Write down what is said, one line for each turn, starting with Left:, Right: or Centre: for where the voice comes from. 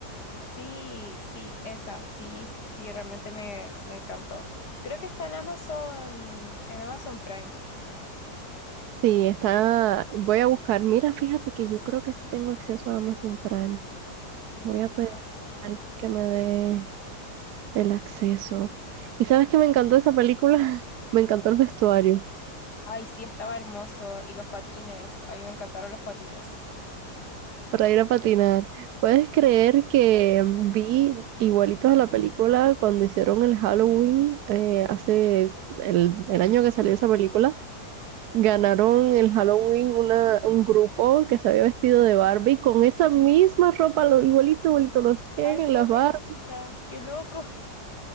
Left: Sí, sí, esa, sí, sí, realmente me, me encantó. Creo que está en Amazon, en Amazon Prime.
Right: Sí, está, voy a buscar, mira, fíjate que yo creo que sí tengo acceso a Amazon Prime.
Left: Sí,
Right: Voy
Left: deberías.
Right: a pedir a alguien que me dé el acceso. ¿Y sabes que me encantó esa película? <laughs> Me encantó el vestuario.
Left: Ay, sí, estaba hermoso. Y los patines. A mí me encantaron los patines.
Right: para ir a patinar. ¿Puedes creer que vi igualitos a la película cuando hicieron el Halloween eh, hace el, el año que salió esa película? Ganaron el Halloween una, un grupo que se había vestido de Barbie con esa misma ropa, lo, igualito, igualito, los Ken,
Left: Ay, no,
Right: las Barbie.
Left: me encanta. Qué loco,